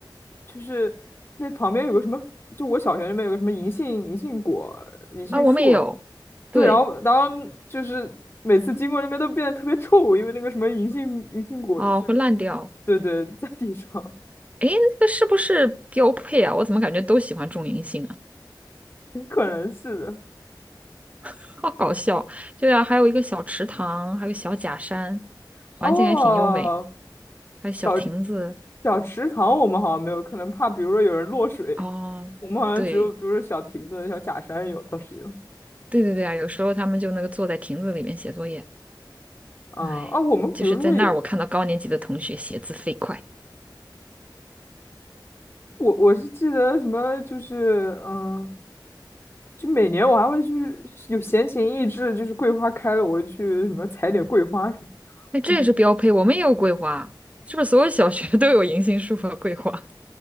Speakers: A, on the left; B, on the right.
A: 就是那旁边有个什么，就我小学那边有个什么银杏银杏果、银杏树，
B: 啊。我们也有，
A: 对，
B: 对，
A: 然后然后就是每次经过那边都变得特别臭，因为那个什么银杏银杏果就是，
B: 哦，会烂掉。
A: 对对，在地上，
B: 诶，那个是不是标配啊？我怎么感觉都喜欢种银杏啊？
A: <laughs> 可能是的。
B: <laughs> 好搞笑。对啊，还有一个小池塘，还有小假山，环境还挺优美，
A: 哦，
B: 还有小亭子。
A: 小小池塘我们好像没有，可能怕比如说有人落水，
B: 哦，
A: 我们好像只有比如说小亭子、
B: 对，
A: 小假山有，倒是有。
B: 对对对啊，有时候他们就那个坐在亭子里面写作业。
A: 嗯啊，
B: 哎，
A: 我们比如说会有，
B: 就是在那儿，我看到高年级的同学写字飞快，
A: 我我是记得什么就是嗯，就每年我还会去有闲情逸致，就是桂花开了，我会去什么采点桂花什么。
B: 那这也是标配。
A: 嗯，
B: 我们也有桂花，是不是所有小学 <laughs> 都有银杏树和桂花？